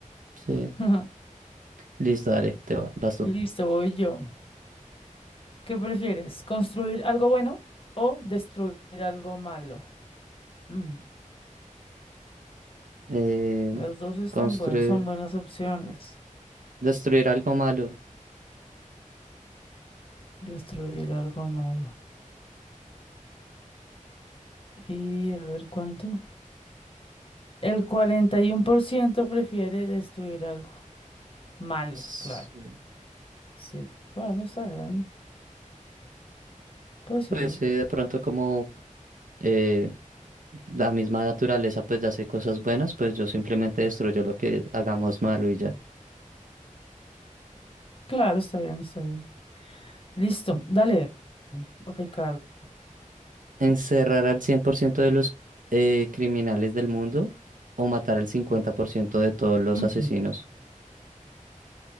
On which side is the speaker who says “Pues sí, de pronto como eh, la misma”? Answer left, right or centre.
Right